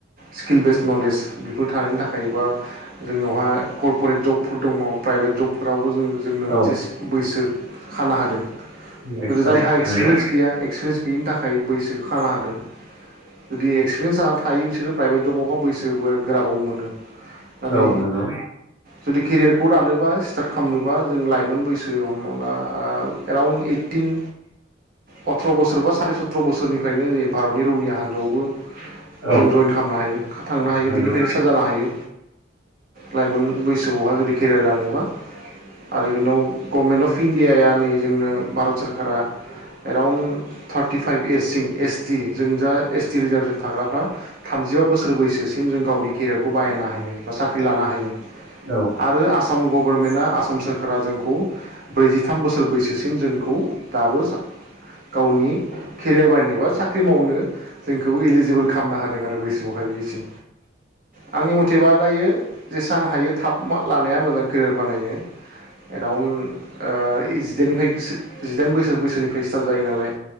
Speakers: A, on the right; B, on the right.
A: स्किल बेसज नलेज बेफोर थानायनि थाखाय बा जोंनियावहा करप'रेट जबफोर दङ प्राइभेट जबफोरावबो जों मोनसे
B: औ
A: बैसो खाना होदों,
B: एकदम
A: जायहा एख्सपिरियेनस
B: नंगौ
A: गैया एख्सपिरियेनस गैयैनि थाखाय बैसोखौ खानानै होदों जुदि जायहा एख्सपिरियेनस थायो बिसोर बैसो गोराबाबो प्राइभेटयावबाबो मोनो माने
B: औ नंगौ
A: जुदि केरियारखौ दानोबा बा स्टिआर खालामनो बा जों लाइमोन बैसो हमना एराउन्ड ओइटिन अथ्र बोसोर बा सारि सथ्र बोसोरनिफ्रायनो जे भारतनि रौनिया हानजायावबो
B: औ
A: जों जयेन खालामनो हायो थांनो हायो
B: नंगौ
A: बिनिफ्रायनोसो साहा लाहोयो लाइमोन बैसोआवहा जुदि केरियार दानोबा आरो बिनाव गभनमेन्ट अफ इण्डियााया नै जोंनो भारत सोररकारा एराउन्ड थार्टिफाइभ एस सिम एस टि जों जा एस टि रिजारभेसन थाग्राफ्रा थामजिबा बोसोर बैसोसिम जों गावनि केरियारखौ बाहायनो हायो बा साख्रि लानो हायो।
B: औ
A: आरो आसाम गभर्नमेन्टआ आसाम आसाम सोरखारा जोंखौ ब्रैजिथाम बोसोर बैसो सिम जोंखौ दाबो गावनि केरयार बानायनाव साख्रि मावनो जोंखौ इलिजिबोल खालामनो होदों आरो बैसोयावहाय बेसिम आंनि मथेबा दायो जेसां हायो थाब लानाया मोजां केरियार बानायो एराउन्ड ओ जिदाइननिफ्राय जिदाइन बोसोर बैसोनिफ्राय स्टार्ट जायो नालाय